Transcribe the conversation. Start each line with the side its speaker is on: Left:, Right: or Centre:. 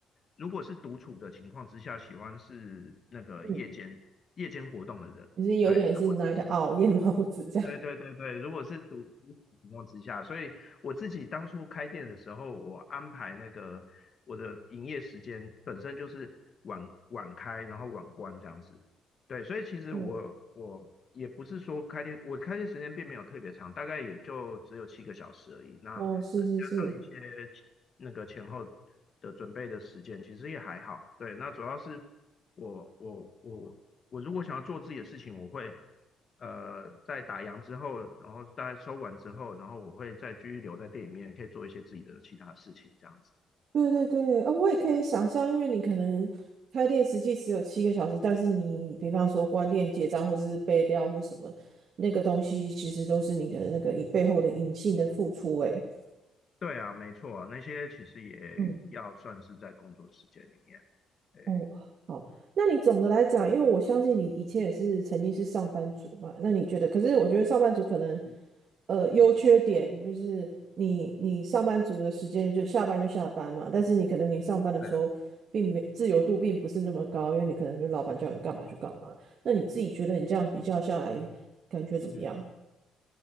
Left: 如果是独处的情况之下，喜欢是那个夜间夜间活动的人。
Right: 嗯，你是有点是
Left: 对，如果是
Right: night o w 夜猫子这样，
Left: 对对对对，如果是独独处的情况之下，所以我自己当初开店的时候，我安排那个我的营业时间本身就是晚晚开，然后晚关这样子。对，所以其实我我也不是说开店，
Right: 嗯，
Left: 我开店时间并没有特别长，大概也就只有七个小时而已。那可能加上一些那个前后
Right: 哦是是是。
Left: 的准备的时间，其实也还好。对，那主要是我我我我如果想要做自己的事情，我会。呃，在打烊之后，然后大概收完之后，然后我会再继续留在店里面，可以做一些自己的其他事情，这样子。
Right: 对对对，啊、我也可以想象，因为你可能开店实际只有七个小时，但是你比方说关店结账或是备料或什么，那个东西其实都是你的那个以背后的隐性的付出、欸。诶，
Left: 对啊，没错啊，那些其实也要算是在工作时间里面。
Right: 嗯
Left: 对，
Right: 哦，好，那你总的来讲，因为我相信你以前也是曾经是上班族嘛，那你觉得？可是我觉得上班族可能，
Left: 嗯
Right: 呃，优缺点就是你你上班族的时间就下班就下班嘛，但是你可能你上班的时候并没自由度并不是那么高，
Left: 对啊，
Right: 因为你可能就老板叫你干嘛就干嘛。那你自己觉得你这样比较下来，感觉怎么样？
Left: 嗯